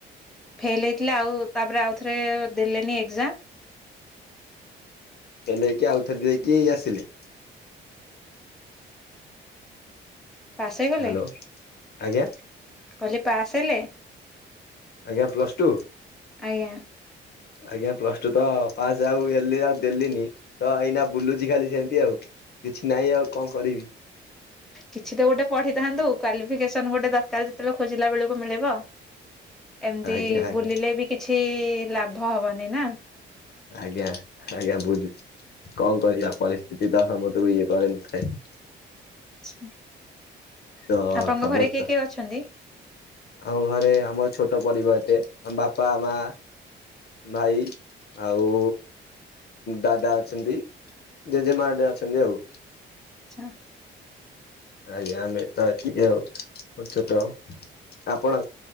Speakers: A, in the centre; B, on the left.
A: ଫେଲ ହେଇଥିଲେ ଆଉ ତାପରେ ଆଉଥରେ ଦେଲେନି ଏକ୍ଜାମ?
B: ଏ ନେଇକି ଆଉଥର ଦେଇକି ଆସିଲେ।
A: ପାସ୍ ହେଇଗଲେ
B: ହ୍ୟାଲୋ ଆଜ୍ଞା
A: କଲି ପାସ୍ ହେଲେ?
B: ଆଜ୍ଞା ପ୍ଲାଷ୍ଟୁ।
A: ଆଜ୍ଞା
B: ଆଜ୍ଞା ପ୍ଲସ ଟୁ ତ ପାସ୍ ଆଉ ହେଲି, ଆଉ ଦେଲିନି ତ ଏଇନା ବୁଲୁଛି ଖାଲି ସେମତି ଆଉ କିଛି ନାହିଁ ଆଉ କଣ କରିବି
A: କିଛି ତ ଗୋଟେ ପଢିଥାନ୍ତୁ କ୍ଵାଲିଫିକେସନ ଗୋଟେ ଦରକାର ଯେତେବେଳେ ଖୋଜିଲା ବେଳକୁ ମିଳିବ ଏମିତି
B: ଆଜ୍ଞା ଆଜ୍ଞା।
A: ବୁଲିଲେ ବି କିଛି ଲାଭ ହବନି ନା।
B: ଆଜ୍ଞା ଆଜ୍ଞା ବୁଝୁ କଣ କରିବା ପରିସ୍ଥିତି ତ ସମସ୍ତେଙ୍କୁ ଇଏ କରେନି ଖାଇ <inaudible>
A: <inaudible>
B: ତ
A: ଆପଣଙ୍କ
B: ସମସ୍ତ
A: ଘରେ କିଏ କିଏ ଅଛନ୍ତି?
B: ଆଉ ଘରେ ଆମର ଛୋଟ ପରିବାର ଆମ ବାପା ମା ଭାଇ ଆଉ ଦାଦା ଅଛନ୍ତି ଜେଜେମା ଟେ ଅଛନ୍ତି ଆଉ।
A: ଆଛା।
B: ଆଜ୍ଞା ଆମେ ତ ଏତିକି ଆଉ ଛୋଟ ଆପଣ